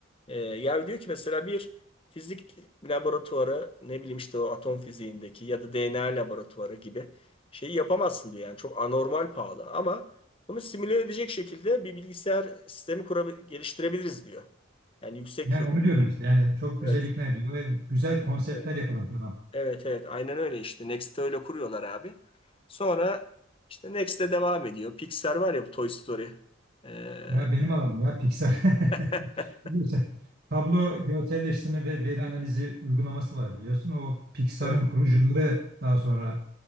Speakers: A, on the left; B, on the right.
A: E, ya diyor ki mesela bir fizik laboratuvarı ne bileyim işte o atom fiziğindeki ya da DNA laboratuvarı gibi şeyi yapamazsın diyor yani çok anormal pahalı ama bunu simüle edecek şekilde bir bilgisayar sistemi kurabil- geliştirebiliriz diyor. Yani yüksek
B: Yani
A: hız.
B: onu diyordum işte yani çok
A: Evet.
B: güzel ikna ediyor ve güzel konseptler
A: evet.
B: yakalamış adam.
A: Evet evet aynen öyle işte Next'te öyle kuruyorlar abi. Sonra işte Next'te devam ediyor. Pixar var ya bu Toy Story. Ee,
B: Ya benim alanım ya Pixar.
A: <laughs>
B: <laughs> Biliyorsun, Tablo görselleştirme ve veri analizi uygulaması var biliyorsun. O Pixar'ın
A: evet,
B: kurucuları daha sonra